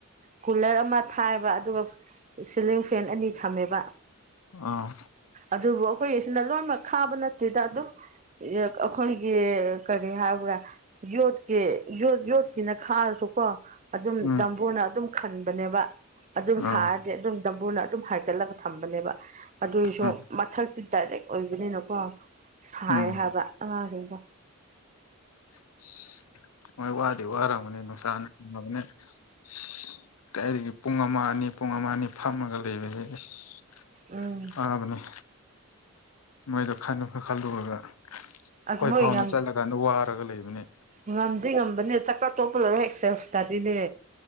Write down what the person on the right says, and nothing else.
ꯀꯨꯂꯔ ꯑꯃ ꯊꯝ ꯃ‌ꯦꯕ ꯑꯗꯨꯒ ꯁꯤꯂꯤꯡ ꯐꯦꯟ ꯑꯅꯤ ꯊꯝꯃꯦꯕ
ꯑꯗꯨꯕꯨ ꯑꯩꯈꯣꯏꯒꯤꯁꯤꯅ ꯂꯣꯏꯃꯛ ꯈꯥꯕ ꯅꯠꯇꯦꯗ ꯑꯗꯨꯝ ꯌ‌ꯦ ꯑꯩꯈꯣꯏꯒꯤ ꯀꯔꯤ ꯍꯥꯏꯕ꯭ꯔꯥ ꯌꯣꯠꯀꯤ ꯌꯣꯠ ꯌꯣꯠꯀꯤꯅ ꯈꯥꯔꯁꯨꯀꯣ ꯑꯗꯨꯝ
ꯗꯝꯕꯨꯔꯅ ꯑꯗꯨꯝ ꯈꯟꯕꯅꯦꯕ ꯑꯗꯨꯝ ꯁꯥꯔꯗꯤ
ꯑꯗꯨꯝ ꯗꯝꯕꯨꯔꯅ ꯑꯗꯨꯝ ꯍꯥꯏꯒꯠꯂꯒ ꯊꯝꯕꯅꯦꯕ ꯑꯗꯨꯏꯁꯨ
ꯃꯊꯛ ꯇꯤ ꯗꯥꯏꯔꯦꯛ ꯑꯣꯏꯕꯅꯤꯅꯀꯣ ꯁꯥꯏꯌꯦ
ꯍꯥꯏꯕ ꯑꯉꯥꯡꯁꯤꯡꯗꯣ
ꯎꯝ
ꯑꯁ
ꯃꯣꯏ
ꯉꯝ
ꯉꯝꯗꯤ ꯉꯝꯕꯅꯦ ꯆꯥꯛ ꯆꯥꯛ ꯇꯣꯛꯄꯒ ꯍ‌ꯦꯛ ꯁ‌ꯦꯐ‌ꯏꯁꯇꯥꯗꯤꯅꯦ